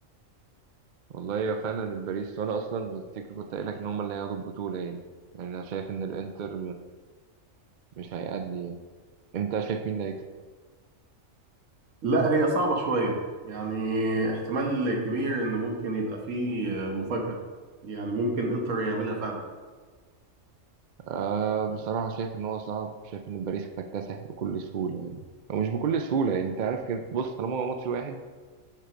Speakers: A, on the right; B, on the right.
A: والله يا فعلا باريس وانا اصلا تفتكر كنت قايل لك ان هم اللي هياخدوا البطوله يعني يعني انا شايف ان الانتر مش هيأدي يعني انت شايف مين اللي
B: لا هي صعبه شويه يعني احتمال كبير ان ممكن يبقى فيه آه، مفاجاه يعني ممكن انتر يعملها فعلا
A: آه بصراحة شايف إن هو صعب شايف إن باريس هتكتسح بكل سهولة يعني أو مش بكل سهولة يعني أنت عارف كده بص طالما هو ماتش واحد